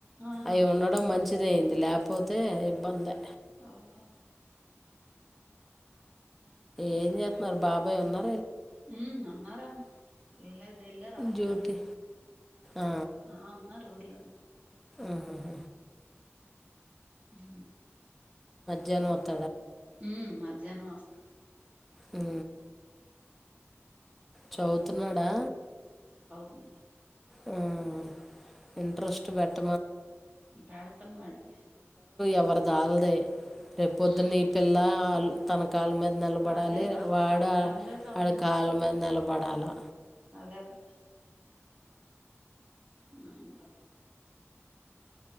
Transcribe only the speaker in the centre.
అయ్యి ఉండడం మం మంచిదయింది లేపోతే ఇబ్బందే
ఏ చేతున్నారు బాబ్ ఓ అమ్మా
డ్యూటీ
ఆ,
ఆహ
జనమత్
ఉ చదువుతున్నాడా
హ్మ్ ఇంట్రెస్ట్ పెట్ట
ఎవరిదాలదే రేపొద్దున్నే
ఈ పిల్ల ఆల్ తమ కాళ్ళ మీద నిలబడాలి
వాడ
ఆడ కాళ్ళ మీద నిలబడాలి